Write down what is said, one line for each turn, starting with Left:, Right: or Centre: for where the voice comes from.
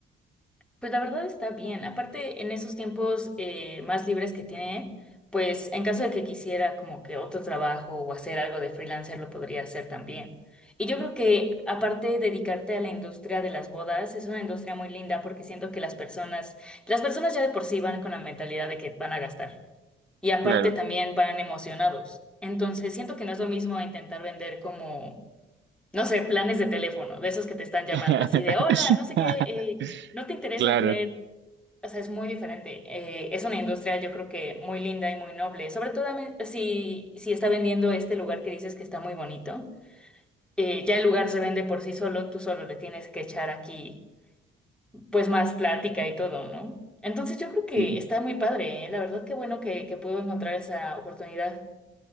Centre: Pues la verdad está bien. Aparte, en esos tiempos eh, más libres que tiene, pues en caso de que quisiera como que otro trabajo o hacer algo de freelancer, lo podría hacer también. Y yo creo que aparte dedicarte a la industria de las bodas, es una industria muy linda porque siento que las personas, las personas ya de por sí van con la mentalidad de que van a gastar. Y aparte
Right: Claro.
Centre: también van emocionados. Entonces, siento que no es lo mismo a intentar vender como, no sé, planes de teléfono, de esos que te están llamando
Right: <laughs>
Centre: así de, hola, no sé qué. eh, ¿No te interesa
Right: Claro,
Centre: tener o sea, es muy diferente. Eh, es una industria, yo creo que muy linda y muy noble. Sobre todo ame- si, si está vendiendo este lugar que dices que está muy bonito. Eh, ya el lugar se vende por sí solo, tú solo le tienes que echar aquí, pues más plática y todo, ¿no? Entonces yo creo que
Right: sí.
Centre: está muy padre, ¿eh? La verdad, qué bueno que, que pudo encontrar esa oportunidad.